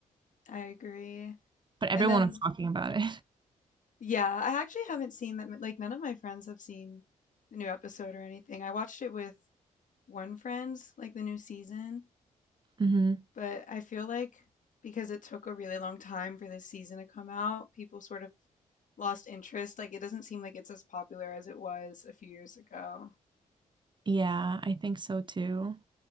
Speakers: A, on the left; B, on the right.
A: I agree.
B: but everyone
A: And then
B: was talking about it.
A: yeah, I actually haven't seen that m- like none of my friends have seen the new episode or anything. I watched it with one Friends, like the new season,
B: <laughs> hmm
A: but I feel like because it took a really long time for this season to come out, people sort of lost interest. Like it doesn't seem like it's as popular as it was a few years ago.
B: Yeah, I think so too.